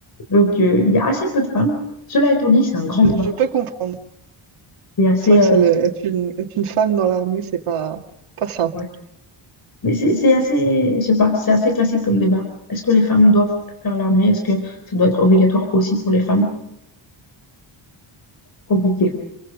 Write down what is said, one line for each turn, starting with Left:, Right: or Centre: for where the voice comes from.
Left: Donc, euh, il y a assez peu de femmes. Cela étant dit, c'est un grand
Right: Je,
Left: débat
Right: je
Left: en
Right: peux
Left: Suisse.
Right: comprendre.
Left: C'est assez,
Right: C'est vrai
Left: euh,
Right: que ça, le- être une, être une femme dans l'armée, c'est pas, pas simple.
Left: ouais. Mais c'est c'est assez, je sais pas, c'est assez classique comme débat. Est-ce que les femmes doivent faire l'armée? Est-ce que ça doit être obligatoire aussi pour les femmes? Compliqué.